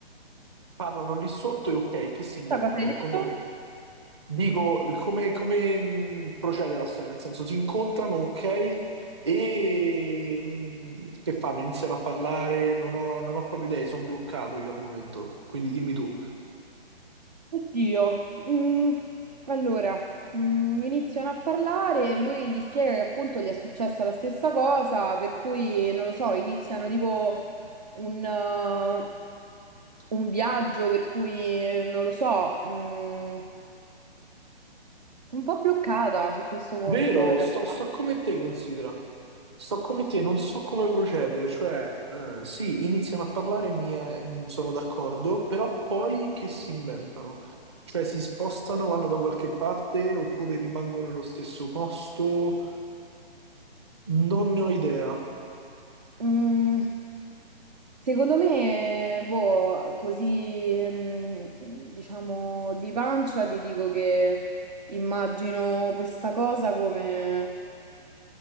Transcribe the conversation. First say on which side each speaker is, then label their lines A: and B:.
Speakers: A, on the right (about 25°); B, on the right (about 40°).
A: Parlano lì sotto e ok, che si inventano?
B: cosa hai detto?
A: Come, dico, come, come, mh, procede la storia? Nel senso, si incontrano, ok, e mh, che fanno? Iniziano a parlare, non ho, non ho proprio idee, sono bloccato io al momento, quindi dimmi tu.
B: Oddio, mm, allora mm, iniziano a parlare e lui gli spiega che appunto gli è successa la stessa cosa, per cui non lo so, iniziano tipo un, eh, un viaggio per cui eh, non lo so, mm, sono un po' bloccata su questo punto
A: Vero,
B: in realtà.
A: sto, sto come te, considera. Sto come te, non so come procedere, cioè, eh, sì, iniziano a parlare, mi è- mh, sono d'accordo, però poi che si inventano? Cioè, si spostano, vanno da qualche parte oppure rimangono nello stesso posto? Non ne ho idea.
B: Mm, Secondo me, boh, così, ehm, diciamo, di pancia ti dico che immagino questa cosa come,